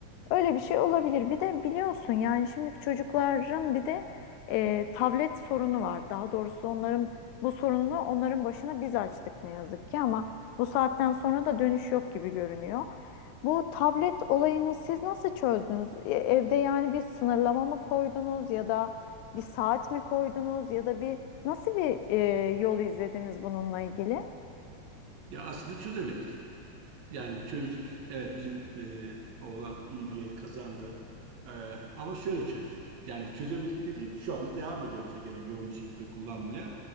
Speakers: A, on the left; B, on the right.
A: Öyle bir şey olabilir. Bir de biliyorsun yani şimdiki çocukların bir de e, tablet sorunu var. Daha doğrusu onların bu sorununu onların başına biz açtık ne yazık ki ama bu saatten sonra da dönüş yok gibi görünüyor. Bu tablet olayını siz nasıl çözdünüz? E, evde yani bir sınırlama mı koydunuz ya da bir saat mi koydunuz ya da bir nasıl bir e, yol izlediniz bununla ilgili?
B: Ya aslında çözemedik. Yani çözdük. Evet bizim e, oğlan iyi bir yeri kazandı. E, ama şöyle çözdük. Yani çözemedik dediğim şu anda devam ediyor mesela gene yoğun bir şekilde kullanmaya.